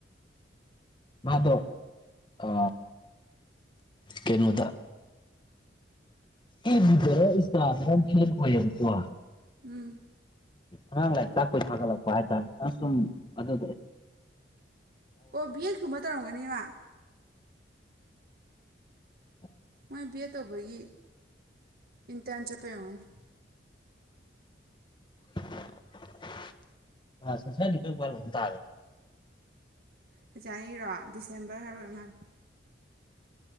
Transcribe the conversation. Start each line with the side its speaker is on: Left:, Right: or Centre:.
Left: ꯃꯥꯗꯣ ꯑ ꯀꯩꯅꯣꯗ ꯑꯕ ꯕꯤꯗꯔꯥ ꯏꯟꯁ ꯇꯥꯗꯔꯥ ꯀꯩꯅꯣ ꯐꯔꯦꯟ ꯑꯣꯏꯌꯦꯕꯥ ꯀꯣ
Right: ꯎꯝ
Left: ꯑꯉꯥꯡ ꯂꯥꯏꯔꯤꯛ ꯇꯛꯄꯩ ꯊꯒꯠꯂꯛꯄ ꯍꯥꯏ ꯇꯥꯔꯦ ꯁꯨꯝ ꯑꯗꯨ
Right: ꯑꯣ ꯕꯤ ꯑꯦꯗ ꯀꯨꯝꯕ ꯇꯧꯔꯝꯒꯅꯤ ꯃ
Left: <inaudible>
Right: ꯃꯣꯏ ꯕꯤ ꯑꯦ ꯇꯧꯕꯒꯤ ꯏꯟꯇꯔꯟ ꯆꯠꯄꯒꯤ ꯑꯣꯏꯔꯝꯒꯅꯤ
Left: <inaudible> <unintelligible>
Right: ꯐꯖ <unintelligible> ꯑꯅꯤꯔꯣ ꯗꯤꯁꯦꯝꯕꯔ ꯍꯥꯏꯕꯔꯥ ꯀꯩꯅꯣꯝ ꯍꯥꯏꯕꯅꯦ